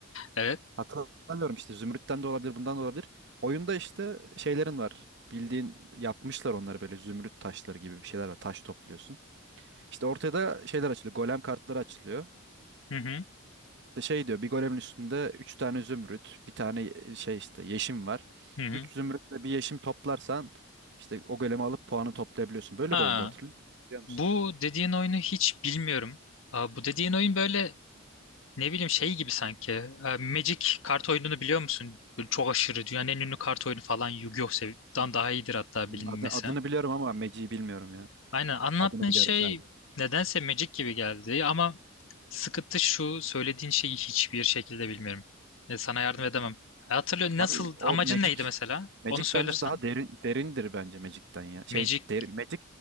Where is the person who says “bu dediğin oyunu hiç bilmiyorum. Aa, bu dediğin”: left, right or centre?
Left